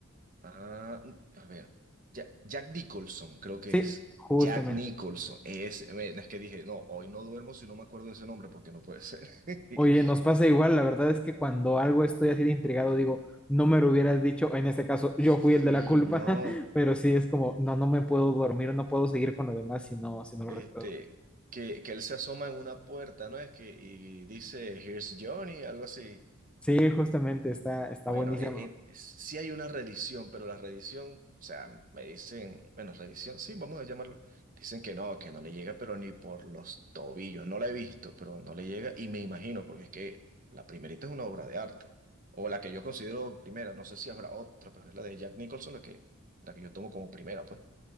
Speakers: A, on the right (about 40°); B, in the centre.
A: Ah, a ver. Ja- Jack, Nicholson, creo que
B: Sí,
A: es.
B: justamente.
A: Jack Nicholson. Ese, ven, es que dije, no, hoy no duermo si no me acuerdo de ese nombre, porque no puede ser. <laughs>
B: Oye, nos pasa igual, la verdad es que cuando algo estoy así de intrigado, digo, no me lo hubieras dicho, en este caso
A: Sí,
B: yo fui el de la culpa,
A: no.
B: <laughs> pero sí es como, no, no me puedo dormir, no puedo seguir con lo demás si no, si no lo
A: Este,
B: recuerdo.
A: que, que él se asoma en una puerta, ¿no? Es que, y dice, Here's Johnny, algo así.
B: Sí, justamente, está, está
A: Bueno,
B: buenísimo.
A: eh, eh, sí hay una reedición, pero la reedición, o sea, me dicen, bueno, reedición, sí, vamos a llamarlo. Dicen que no, que no le llega, pero ni por los tobillos. No la he visto, pero no le llega y me imagino, porque es que la primerita es una obra de arte, o la que yo considero primera, no sé si habrá otra, pero es la de Jack Nicholson, la que, la que yo tomo como primera, pues.